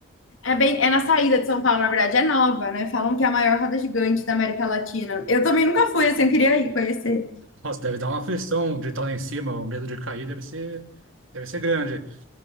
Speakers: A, on the left (about 75°); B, on the right (about 80°).
A: É bem, é na saída de São Paulo, na verdade, é nova, né? Falam que é a maior roda gigante da América Latina. Eu também nunca fui, assim, eu queria ir conhecer.
B: Nossa, deve dar uma aflição de estar lá em cima, o medo de cair deve ser, deve ser grande.